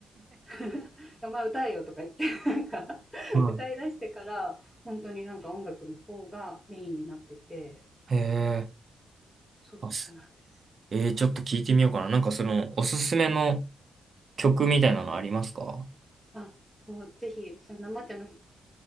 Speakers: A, in the centre; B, on the right.
A: <laughs> お前歌えよとか言って <laughs> なんか歌いだしてから本当になんか音楽の方がメインになってて
B: はい。へえ。
A: そうそうなんですよ。
B: あすえー、ちょっと聞いてみようかな。なんかその、おすすめの曲みたいなのありますか
A: あもうぜひその生茶の <laughs>